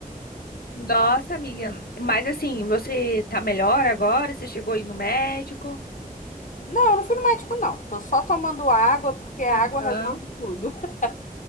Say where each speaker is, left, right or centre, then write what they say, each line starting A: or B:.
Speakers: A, on the left; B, on the left.
A: Nossa, amiga. Mas assim, você tá melhor agora? Você chegou aí no médico?
B: Não, eu não fui no médico, não. Tô só tomando água, porque a
A: Aham.
B: água resolve tudo. <laughs>